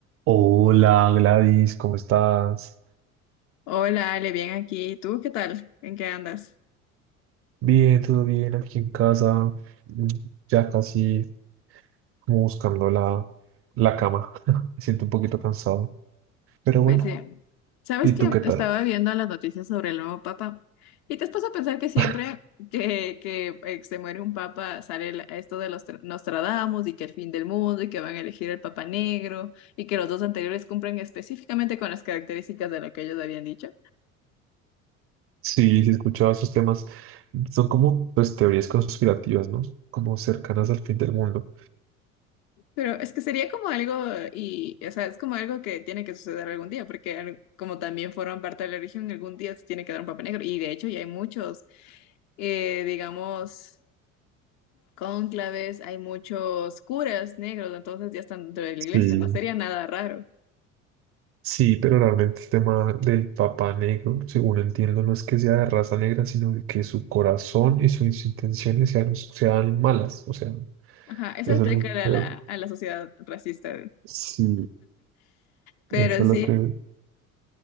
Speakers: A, on the right; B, on the left.
A: Hola Gladys, ¿cómo estás?
B: Hola, Ale, bien aquí. ¿Tú qué tal? ¿En qué andas?
A: Bien, todo bien aquí en casa, mm, ya casi como buscando la, la cama. <laughs> Me siento un poquito cansado, pero bueno,
B: Pues sí. ¿Sabes
A: ¿y
B: que
A: tú qué tal?
B: Estaba viendo las noticias sobre el nuevo papa y te has puesto a pensar que siempre
A: <laughs>
B: que, que eh, se muere un papa sale el- esto de los tra- Nostradamus y que el fin del mundo y que van a elegir el papa negro y que los dos anteriores cumplen específicamente con las características de lo que ellos habían dicho.
A: Sí, sí, escuchaba esos temas. Son como pues, teorías conspirativas, ¿no? Como cercanas al fin del mundo.
B: Pero es que sería como algo, y, o sea, es como algo que tiene que suceder algún día, porque al- como también forman parte de la religión, algún día se tiene que dar un papa negro. Y de hecho ya hay muchos, eh, digamos, cónclaves, hay muchos curas negros, entonces ya están dentro de la iglesia,
A: Sí.
B: no sería nada raro.
A: Sí, pero realmente el tema del Papa Negro, según entiendo, no es que sea de raza negra, sino de que su corazón y sus intenciones sean, sean malas. O sea,
B: Ajá, eso
A: Eso
B: explica
A: es lo que,
B: a la, a la sociedad racista,
A: sí,
B: pero
A: eso es
B: sí,
A: lo que